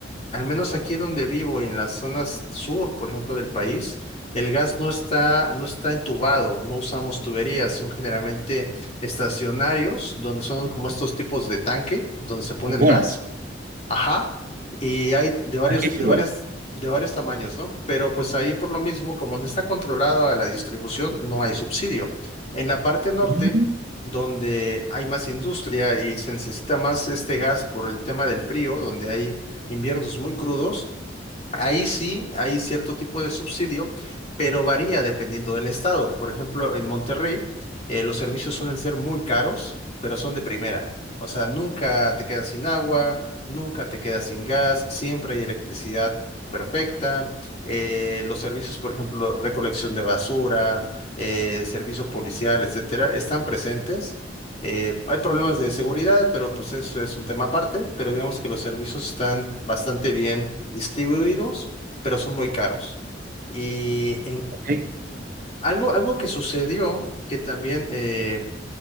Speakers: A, on the left; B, on the right.
A: al menos aquí donde vivo, en las zonas sur, por ejemplo, del país, el gas no está, no está entubado, no usamos tuberías, son generalmente estacionarios, donde son como estos tipos de tanque, donde se pone
B: O
A: el
B: bonos.
A: gas. Ajá, y hay de varios,
B: Aquí es
A: de
B: igual.
A: varias, de varios tamaños, ¿no? Pero pues ahí por lo mismo, como no está controlada la distribución, no hay subsidio. En la parte norte,
B: Ujú.
A: donde hay más industria y se necesita más este gas por el tema del frío, donde hay inviernos muy crudos, Ahí sí hay cierto tipo de subsidio, pero varía dependiendo del estado. Por ejemplo, en Monterrey, eh, los servicios suelen ser muy caros, pero son de primera. O sea, nunca te quedas sin agua, nunca te quedas sin gas, siempre hay electricidad perfecta. Eh, los servicios, por ejemplo, recolección de basura, eh, servicio policial, etcétera, están presentes, eh, hay problemas de seguridad, pero pues eso es un tema aparte, pero digamos que los servicios están bastante bien distribuidos, pero son muy caros. Y en
B: Ok.
A: algo, algo que sucedió que también eh,